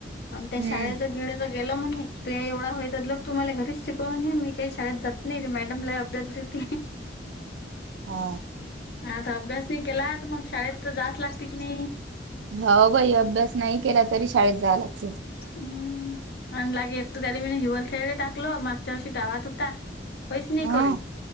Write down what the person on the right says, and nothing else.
हम्म
हा
हो भाई अभ्यास नाही केला तरी शाळेत जावं लागत.
ह